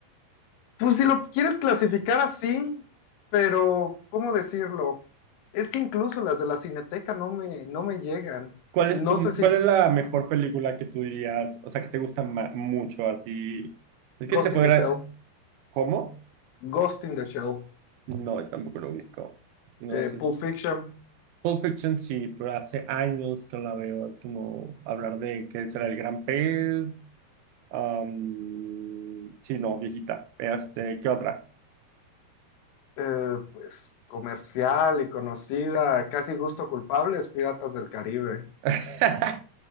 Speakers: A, on the left; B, on the right.
A: pues si lo quieres clasificar así, pero ¿cómo decirlo? Es que incluso las de la Cineteca no me, no me llegan.
B: ¿Cuál
A: No
B: es tu,
A: sé si
B: cuál es la mejor película que tú dirías, o sea, que te gusta ma- mucho así? Es que
A: Ghost
B: te podría,
A: in the Shell,
B: ¿cómo?
A: Ghost in the Shell,
B: No, tampoco lo ubico. No
A: eh,
B: sé.
A: Pulp
B: si-
A: Fiction.
B: Pulp Fiction sí, pero hace años que no la veo. Es como hablar de que será el gran pez. am, sí, no, viejita. Este, ¿qué otra?
A: eh, pues comercial y conocida, casi gusto culpable, es Piratas del Caribe.
B: <laughs>